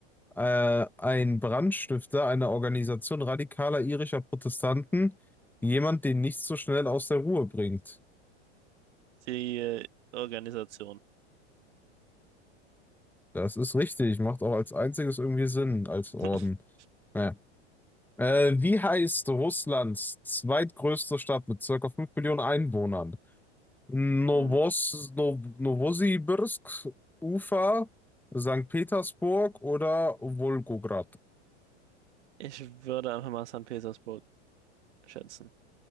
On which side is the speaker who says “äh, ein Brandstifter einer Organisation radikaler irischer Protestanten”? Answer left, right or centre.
Centre